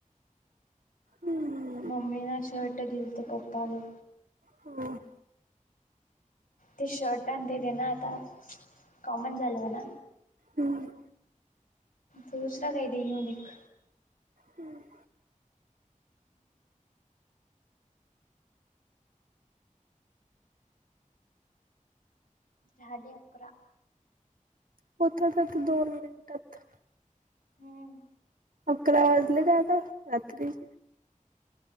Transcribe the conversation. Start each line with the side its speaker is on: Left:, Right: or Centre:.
Right: हम्म
Left: मम्मी न शर्ट दिलंत पप्पाल.
Right: हम
Left: ते शर्ट आणि ते दे ना आता कॉमन झाल ना.
Right: हम्म
Left: तू दुसरा काही <unintelligible>
Right: हम्म
Left: झाले अकरा.
Right: <unintelligible> दोन मिनटात
Left: हम्म
Right: अकरा वाजले काय आता रात्रीच.